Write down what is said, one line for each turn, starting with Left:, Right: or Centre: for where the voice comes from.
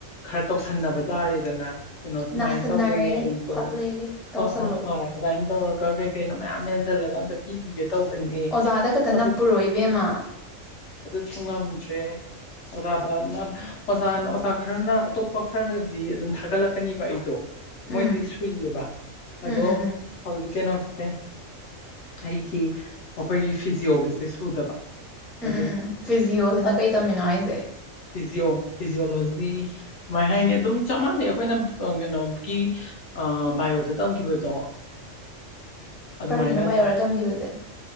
Left: ꯈꯔ ꯇꯧꯁꯟꯅꯕ ꯇꯥꯔꯦꯗꯅ ꯀꯩꯅꯣ
Centre: ꯅꯥꯁꯟꯅꯔꯦ
Left: ꯁꯨꯃꯥꯏ ꯇꯧꯕꯅꯦ ꯑꯩꯗꯣ
Centre: ꯈꯣꯠꯂꯦ ꯇꯧꯁꯜꯂꯣ
Left: ꯍꯣꯏ ꯍꯣꯏ ꯍꯣꯏ ꯑꯗꯨꯃꯥꯏꯅ ꯇꯧꯔꯒ ꯀꯩ ꯀꯩꯅꯣ ꯃꯌꯥꯝ ꯌꯥꯟ ꯖꯜꯂꯒ ꯑꯝꯇ ꯄꯤꯒꯤꯒꯦ ꯇꯧꯕꯅꯦ
Centre: ꯑꯣꯖꯥꯗ ꯈꯛꯇ
Left: ꯑꯗꯨ
Centre: ꯅꯞꯄꯨꯔꯣ ꯏꯕꯦꯝꯃ
Left: ꯑꯗꯨꯁꯨ ꯉꯝꯗ꯭ꯔꯦ ꯑꯣꯖꯥꯗꯅ ꯑꯣꯖꯥꯅ ꯑꯣꯖꯥ ꯈꯔꯅ ꯑꯇꯣꯞꯄ ꯈꯔꯅꯗꯤ ꯑꯗꯨꯝ ꯊꯥꯒꯠꯂꯛꯀꯅꯤꯕ ꯑꯩꯗꯣ
Centre: ꯎꯝ
Left: ꯃꯣꯏꯗꯤ ꯁꯨꯏꯌꯦꯕ ꯑꯗꯣ
Centre: ꯎꯝ ꯎꯝ ꯎꯝ
Left: ꯍꯧꯖꯤꯛ ꯀꯩꯅꯣꯁꯦ ꯑꯩꯒꯤ ꯃꯈꯣꯏꯒꯤ ꯐꯤꯖꯤꯌꯣꯒꯤꯁꯦ ꯁꯨꯗꯕ
Centre: ꯎꯝ
Left: ꯑꯗꯨꯒꯤ
Centre: ꯎꯝ ꯎꯝ ꯐꯤꯖꯤꯌꯣꯁꯤꯅ
Left: ꯑ
Centre: ꯀꯩ ꯇꯝꯃꯤꯅꯣ ꯍꯥꯏꯁꯦ
Left: ꯐꯤꯖꯤꯌꯣ ꯐꯤꯖꯤꯌꯣꯂꯣꯖꯤ ꯗꯤ ꯀꯃꯥꯏ ꯍꯥꯏꯅꯤ ꯑꯗꯨꯝ ꯆꯞ ꯃꯥꯟꯅꯩ ꯑꯩꯈꯣꯏꯅ ꯑꯥ ꯀꯩꯅꯣ ꯀꯤ ꯑꯥ ꯚꯥꯏꯌꯣꯗ ꯇꯝꯈꯤꯕꯗꯣ ꯑꯗꯨꯃꯥꯏꯅ
Centre: ꯀꯔꯤꯅꯣ ꯕꯥꯏꯑꯣꯗ
Left: ꯗꯨꯝ
Centre: ꯇꯝꯈꯤꯕꯁꯦ